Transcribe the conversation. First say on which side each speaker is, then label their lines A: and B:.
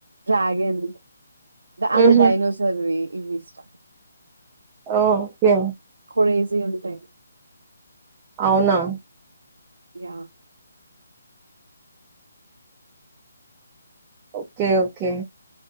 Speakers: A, on the right; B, on the right.
A: డ్రాగన్ అదే
B: హుహు.
A: డైనోసర్వివి ఇవి ఇష్టం
B: ఓ ఓకే
A: క్రేజీ ఉంటాయి
B: అవునా
A: య
B: ఓకే ఓకే